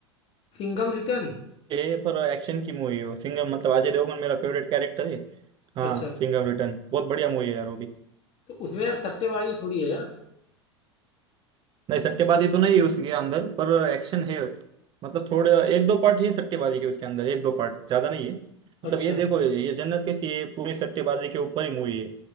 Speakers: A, on the left; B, on the right.
A: सिंघम रिटर्न
B: है पर एक्शन की मूवी है वो। सिंघम मतलब अजय देवगन मेरा फेवरेट कैरेक्टर है हाँ
A: अच्छा
B: सिंघम रिटर्न बहुत बढ़िया मूवी है यार वो भी
A: तो उसमें यार सट्टेबाजी थोड़ी है यार
B: नहीं सट्टेबाजी तो नहीं है उसके अंदर पर एक्शन है मतलब थोड़े एक दो पार्ट है सट्टेबाजी के उसके अंदर एक दो पार्ट ज्यादा नहीं है
A: अच्छा
B: मतलब ये देखो ये ये जन्नत कैसी है पूरी सट्टेबाजी के ऊपर ही मूवी है